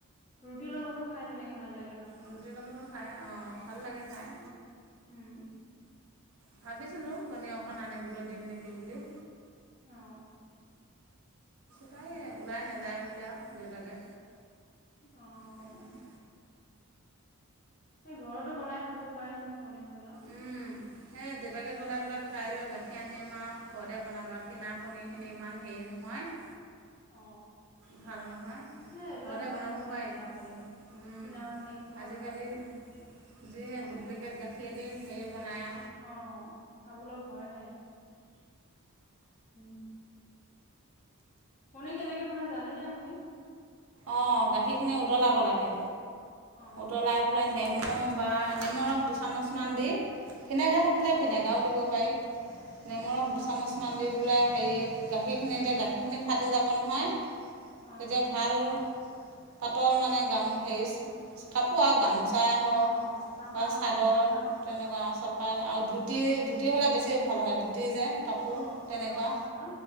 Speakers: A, on the left; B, on the right.
A: ৰুটিৰ লগতো খাই তেনেকে ভাল লাগ
B: ৰুটিৰ লগতো খাই আহ ভাল লাগে খাই।
A: উম উম
B: ভাবিছিলোঁ পনীৰ অকণ আনিবলৈ দিম নেকি বুলি।
A: অ'।
B: তাই
A: অ
B: এই ওলাই নাযায় বোলে আৰু দেউতাকে
A: অ',
B: সেইকাৰণে
A: এই ঘৰতো বনাই খাব পাৰে নহয়। পনীৰ হবলা
B: উম, হেই দেউতাকে ক'লে বোলা কাইলৈ গাখ এ আনিম আও, ঘৰতে বনাব। কিনা পনীৰখিনি ইমান হেৰি নহয়
A: অ
B: ভাল নহয়।
A: এ এইবিলাক
B: ঘৰতে
A: ভাল
B: বনাব
A: নহয়
B: পাৰি
A: কিনাৰ পনীৰ।
B: উম
A: কিনাৰ পনীৰ খোৱা
B: আজিকালি
A: ভাল নহয়।
B: যিহে
A: অ
B: ডুপ্লিকেট গাখীয়ে দি হেৰি বনাই আ
A: অ', খাবলৈ ভয়হে। উম। পনীৰ কেনেকে বনাই জানে নে আপুনি?
B: অ', গাখি খিনি উতলাব লাগে।
A: অ
B: উতলাই পেলাই নেম অ', বা, নেমুৰস দুচামুচমান দি, ভিনেগা
A: উম
B: থাকিলে ভিনেগাও দিব পাৰি। নেমু
A: অ
B: ৰস দুচামুচমান দি পেলাই, হেৰিত গাখীৰখিনিতে, গাখীৰখিনি ফাটি যাব নহয়
A: অ
B: তেতিয়া ভাল পাতল মানে গামো, হেইচ, উম, কাপোৰ আও গামোচা। চাই হওক
A: অ চাফা
B: বা
A: কাপোৰ
B: চাদৰ
A: এখন লাগে
B: তেনেকুৱা চব। আৰু ধুতি,
A: উম
B: ধুতি হ'লে বেছি ভাল হয়। ধুত এই যে কাপোৰ
A: অ
B: তেনেকুৱা
A: পাতল যে ন